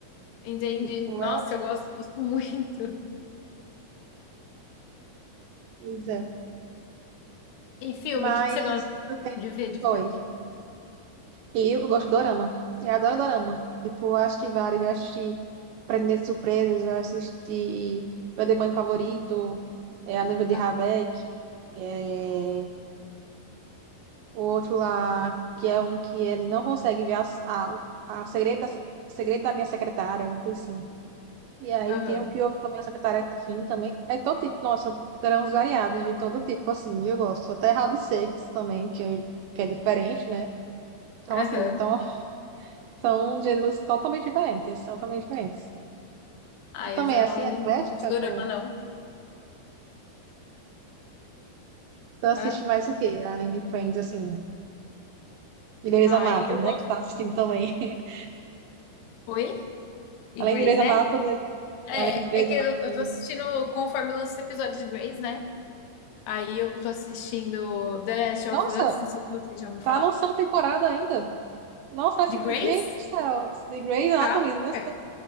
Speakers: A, on the left; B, on the right.
A: entendi.
B: Tipo,
A: Nossa,
B: ela,
A: eu gosto, gosto muito.
B: pois é.
A: E filme,
B: Mas
A: o que que você gosta
B: eu tenho.
A: de ver de filme?
B: Oi. E eu gosto de dorama. Eu adoro dorama. Tipo, eu acho vários. Eu assisti Prender Surpresas, eu assisti Meu Demônio Favorito, é, A Noiva de
A: Aham,
B: Rabeck, é, o outro lá, que é um que ele não consegue ver as- a, a, o segredo da, o segredo da minha secretária, algo assim. E aí
A: aham,
B: tem o que houve também, essa cataratinha também. É todo tipo, nossa, grãos variados de todo tipo, assim, eu gosto. Até hard shakes também, que, eu- que é diferente, né? Então,
A: aham.
B: assim, então são gêneros totalmente diferentes, totalmente diferentes.
A: Ah,
B: Tu também,
A: eu já
B: é,
A: não,
B: assim, é eclética
A: não gosto de dorama,
B: com...
A: não.
B: Tu assiste
A: Hã?
B: mais o quê? Além de Friends, assim, de Grey's
A: Ai,
B: Anatomy,
A: eu gosto.
B: né? Que tu tá assistindo também. <laughs>
A: Oi? E
B: Além
A: Grey's,
B: de Grey's
A: né?
B: Anatomy,
A: É,
B: além de Grey's
A: é que
B: Anatomy...
A: eu, eu tô assistindo conforme lança os episódios de Grey's, né? Aí eu tô assistindo The Last of
B: Nossa,
A: Us, não sei se você já ouviu
B: tá
A: falar.
B: lançando temporada ainda? Nossa, assim,
A: De Grey's?
B: gente do céu, The Grey's Anatomy,
A: Tá,
B: meu
A: mulher.